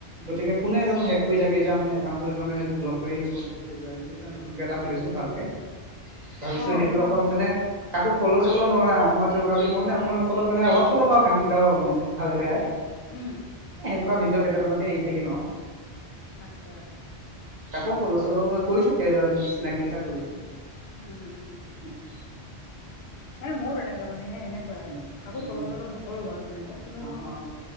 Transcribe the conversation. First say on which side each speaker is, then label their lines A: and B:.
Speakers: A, on the right; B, on the left.
A: গতিকে কোনে জানো হেক কৰি থাকে এ এতিয়া মানে একাউণ্টো সেইটোকাৰনে সেইটো ব্লক কৰি চব উৰাই দিলো এয়া নতুনকে এটা খুলিছো ভালকে। ভাবিছো
B: অ
A: সেইটোত
B: মোক
A: অকল মানে কাকো ফল'
B: হয়,
A: চল' নোৱাৰ মইতো কালি মই মানে অকমান চলপ মানে অলপ চলপ আৰু গান গাওঁ আৰু মানে ভালে বেয়াই।
B: উম।
A: এ সেনেকুৱা ভিডিঅ' কেইটামানকে এৰি থাকিম আৰু।
B: আচ্ছা
A: কাকো ফ'ল চ'ল হয় কৰিছো কেইজন চিনাকি কেইটা কৰিছো।
B: উম, উম।
A: ত <unintelligible>
B: আৰে ময়ো তেনেকে মানে সেই এনেকুৱাই আৰু আৰু
A: উম
B: কাকো
A: উম
B: ফ'ল
A: উম
B: চ'ল নকৰো বাৰু তেনেকে। কিন্তু
A: অ' অ'।